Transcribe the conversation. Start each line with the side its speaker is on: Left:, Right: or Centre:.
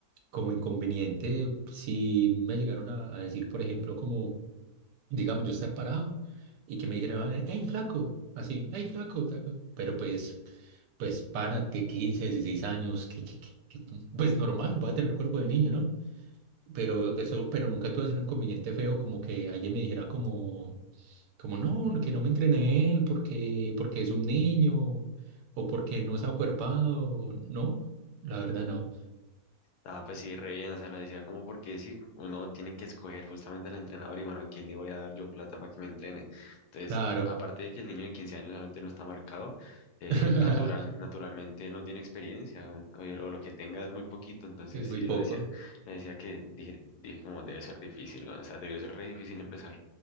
Right: como inconveniente. Si me llegaron a, a decir, por ejemplo, como... digamos, yo estar parado y que me dijera, hey, flaco, así, hey, flaco, tal cual. pero pues, pues, párate, 15 16 años, que, que, que, que, pues normal, va a tener cuerpo de niño, ¿no? Pero eso, pero nunca tuve así un inconveniente feo, como que alguien me dijera como, como, no, que no me entrené él porque, porque es un niño, o porque no se ha acuerpado, no, la verdad no,
Left: Ah, pues sí, re bien, o sea, lo decía como porque sí, uno tiene que escoger justamente al entrenador y bueno, ¿a quién le voy a dar yo plata para que me entrene? Entonces,
Right: claro,
Left: aparte de que el niño de 15 años obviamente no está marcado, eh,
Right: <laughs>
Left: natural, naturalmente no tiene experiencia o, o- o lo que tenga es muy poquito, entonces
Right: es muy
Left: sí
Right: poco.
Left: lo decía, le decía que dije, dije como debe ser difícil, ¿no? O sea, debió ser re difícil empezar.